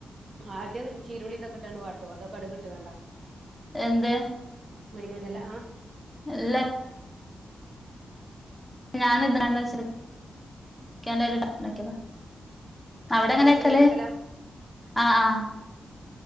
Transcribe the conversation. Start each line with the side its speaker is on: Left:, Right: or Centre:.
Right: ആദ്യം ചീരുളിതോ ക്കെട്ടാണ്ട് വാട്ടോ അതൊക്കെ കട്കിട്ട്ങ്ങാണ്ടോ
Centre: എന്ത്
Right: മുരിങ്ങന്റല ആഹ്
Centre: എല്ല ഞാൻഎന്തിനാണ് വെച്ചാല് ഇക്കാന്റെ <unintelligible> അവിടെ
Right: ഒന്നിച്ച്
Centre: എങ്ങനെ വെക്കല്
Right: വേവിക്കലാ
Centre: ആഹ് ആഹ്